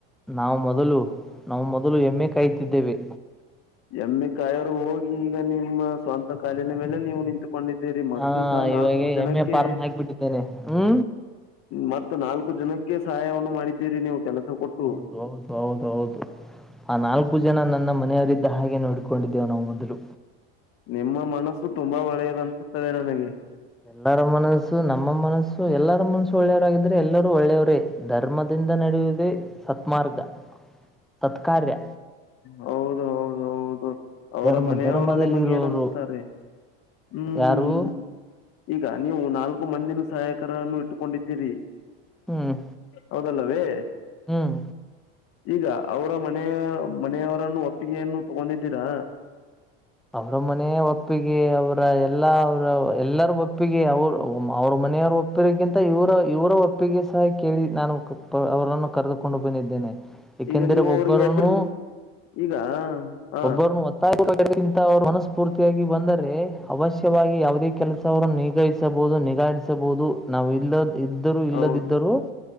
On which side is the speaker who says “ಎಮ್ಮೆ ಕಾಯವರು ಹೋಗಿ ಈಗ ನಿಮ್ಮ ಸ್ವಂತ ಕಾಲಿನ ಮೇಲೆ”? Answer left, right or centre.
Left